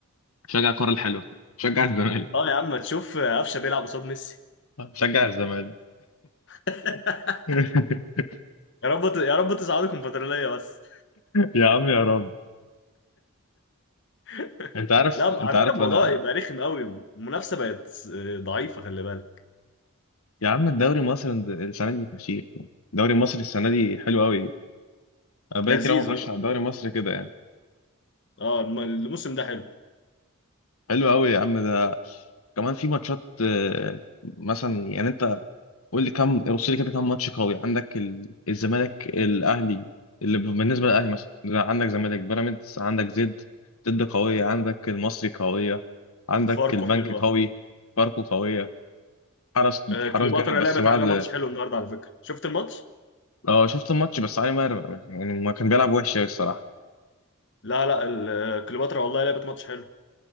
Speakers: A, on the left; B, on the left.
A: شجع الكره الحلوه شجع الزمالك
B: اه يا عم تشوف قفشه بيلعب قصاد ميسي
A: شجع الزمالك
B: <laughs>
A: <laughs>
B: يا رب ت... يا رب تصعدوا الكونفدراليه بس
A: يا عم يا رب
B: <laughs>
A: انت عارف
B: لا
A: انت
B: على
A: عارف
B: فكره الموضوع
A: انا
B: يبقى رخم قوي المنافسه بقت آه، ضعيفه خلي بالك
A: يا عم الدوري المصري السنه دي فشيخ يعني الدوري المصري السنه دي حلو قوي انا بقالي
B: لذيذ
A: كتير أوي ما اتفرجش
B: اه
A: على الدوري المصري كده يعني
B: اه الم- الموسم ده حلو
A: حلو قوي يا عم ده كمان في ماتشات آه، مثلا يعني انت قول لي كم رص لي كده كم ماتش قوي عندك ال- الزمالك الاهلي اللي ب- بالنسبه للاهلي مثلا لا، عندك زمالك بيراميدز عندك زد ضد قويه عندك المصري قويه عندك
B: فاركو
A: البنك
B: حلوه
A: قوي فاركو قويه حرس
B: آه،
A: حرس
B: كليوباترا
A: جامد بس
B: لعبت
A: بعد
B: علينا ماتش حلو النهارده على فكره شفت الماتش
A: اه شفت الماتش بس علي ماهر يعني ما كان بيلعب وحش قوي الصراحه
B: لا لا ال- آه، كليوباترا والله لعبت ماتش حلو